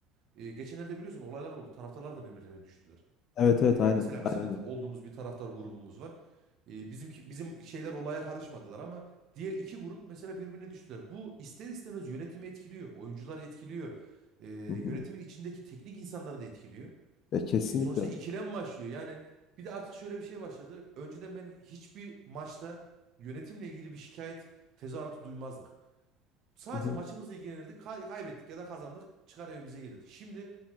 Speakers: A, on the right; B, on the left.
A: eee, geçenlerde biliyorsun olaylar oldu. Taraftarlar da birbirlerine düştüler.
B: Evet
A: Eee,
B: evet aynen.
A: mesela
B: Aynen.
A: bizim de t- olduğumuz bir taraftar grubumuz var. Eee bizimki, bizim şeyler olaya karışmadılar ama diğer iki grup mesela birbirine düştüler. Bu ister istemez yönetimi etkiliyor, oyuncuları etkiliyor e,
B: Hı hı.
A: yönetimin içindeki teknik insanları da etkiliyor.
B: Ya kesinlikle.
A: E, sonuçta ikilem başlıyor. Yani bir de artık şöyle bir şey başladı. Önceden ben hiçbir maçta yönetimle ilgili bir şikayet tezahüratı duymazdık. Sadece
B: Hı hı.
A: maçımızla ilgilenirdik. Kay- kaybettik ya da kazandık. Çıkar evimize gelirdik. Şimdi